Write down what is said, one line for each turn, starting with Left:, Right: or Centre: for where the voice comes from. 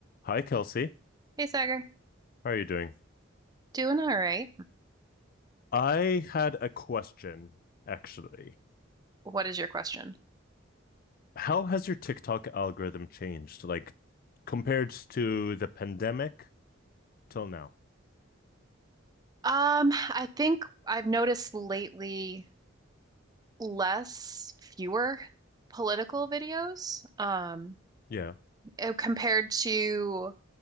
Left: Hi, Kelsey.
Right: Hey, Sagar.
Left: How are you doing?
Right: Doing all right.
Left: I had a question, actually.
Right: What is your question?
Left: How has your TikTok algorithm changed, like compared to the pandemic till now?
Right: Um, I think I've noticed lately less, fewer political videos, um,
Left: Yeah.
Right: eh, compared to,